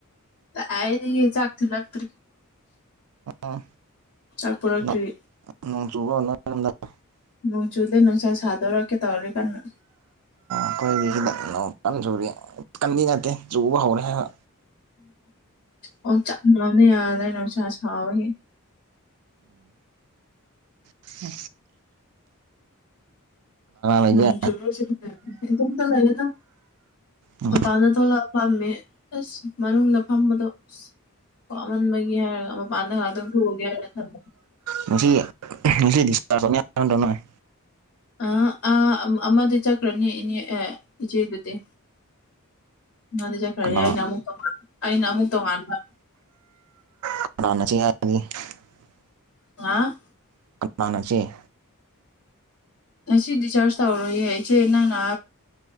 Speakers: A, on the left; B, on the right.
A: ꯗꯥꯏꯗꯒꯤ ꯆꯥꯛ ꯊꯤꯜꯂꯛꯇ꯭ꯔꯤ
B: ꯑꯥ
A: ꯆꯥꯛ ꯄꯨꯔꯛꯇꯔꯤ
B: ꯅꯣꯡ <unintelligible>
A: ꯅꯣ ꯆꯨꯗꯦ ꯅꯨꯁꯥ ꯁꯥꯗ‌ꯣꯔꯛꯀꯦ ꯇꯧꯔꯤ ꯀꯟꯅ
B: ꯑꯩꯈꯣꯏꯔ‌ꯣꯝꯗꯤ ꯅ‌ꯣꯡ ꯀꯟ ꯆꯨꯔꯤ ꯀꯟꯗꯤ ꯅꯠꯇꯦ ꯆꯨꯕ ꯍꯧꯔꯦ ꯍꯥꯏꯕ
A: ꯑꯣꯝꯆꯥꯛꯅꯕꯅ ꯌꯥꯗꯔ‌ꯦ ꯅꯨꯡꯁꯥ ꯁꯥꯕꯒꯤ
B: ꯍ ꯂꯩꯒꯦ
A: ꯔꯣꯡ ꯆꯨꯔꯁꯨ <unintelligible> ꯇꯣꯝꯇ ꯂꯩꯌꯦꯗ
B: ꯎꯝ
A: ꯃꯄꯥꯟꯗ ꯊꯣꯂꯛ ꯐꯝꯃꯦ ꯑꯁ ꯃꯅꯨꯡꯗ ꯐꯝꯕꯗꯣ ꯑꯁ ꯋꯥꯃꯟꯕꯒꯤ ꯍꯥꯏꯔꯒ ꯃꯄꯥꯟꯗ ꯉꯥꯏꯍꯥꯛꯇꯪ ꯊꯣꯛꯒꯦ ꯍꯥꯏꯔꯒ ꯊꯝ
B: ꯉꯁꯤ ꯉꯁꯤꯗꯤ ꯆꯥꯁ ꯇꯧꯅꯤ ꯍꯥꯏꯔꯝꯗ꯭ꯔ‌ꯣ ꯅ‌ꯣꯏ
A: ꯑ ꯑ ꯑꯃꯗꯤ ꯆꯠꯈ꯭ꯔꯅꯤ ꯏꯅꯦ ꯏꯆꯦꯗꯨꯗꯤ ꯑꯗꯨ ꯆꯠꯈ꯭ꯔꯗꯤ
B: ꯀꯅꯥ
A: ꯑꯩꯅ ꯑꯃꯨꯛꯉꯥꯟ ꯑꯩꯅ ꯑꯃꯨꯛ ꯇꯣꯉꯥꯟꯕ
B: <unintelligible>
A: ꯑ
B: <unintelligible> ꯃꯥꯟꯅꯁꯦ
A: ꯉꯁꯤ ꯗꯤꯆꯥꯔꯖ ꯇꯧꯔꯔꯣꯏꯌꯦ ꯏꯆꯦ ꯅꯪ ꯅ